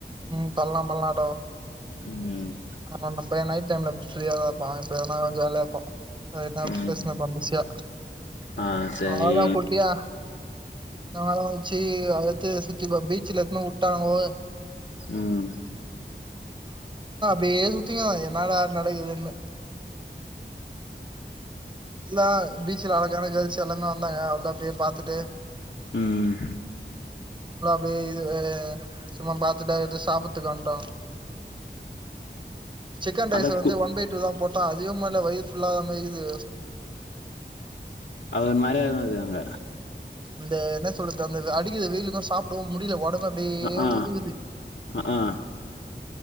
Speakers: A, on the right; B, on the left.
A: ம் பண்ணலாம் பண்ணலாம்டா
B: ம்
A: ஆமா நைட் டைம்ல ஃப்ரீயா தான் இருப்பான் இப்பனா கொஞ்ச வேலையா இருப்பான் எதுன்னா
B: ம்
A: பேசுனா இருப்பான் பிசியா
B: ஆ சரி
A: அவளோ தான் குட்டியா நமாம் வெச்சு டு சுத்திப்பா பீச்சல எத்தன விட்டாங்களோ
B: ம்
A: இப்டியே சுத்திக்கும் என்னடா நடக்குதுன்னு இந்தா எல்லாம் பீச்சல அழகான கேர்ள்ஸ் எல்லாமே வந்தாங்க அவ்ளோதான் போய் பார்த்துட்டு
B: ம்
A: இ இது சும்மா பாரத்துட்டா சாப்பிடுத்துக் வந்துடோம் சிக்கன் ரைஸ்
B: அதா
A: வந்து
B: கு
A: ஒன் பை டூ தான் போட்டன் அதிக மாதிரி வயிறு ஃபுல்லா ஆகாமல் இருக்குது
B: அவரு மாரியா தான் இருந்துது அங்க
A: அந்த என்ன சொல்றது அந்த அடிக்கிறது வெயிலுக்கும் சாப்பிடவும் முடியல உடம்பு அப்படியே
B: அ ஆ
A: ஊதுகுது
B: அ ஆ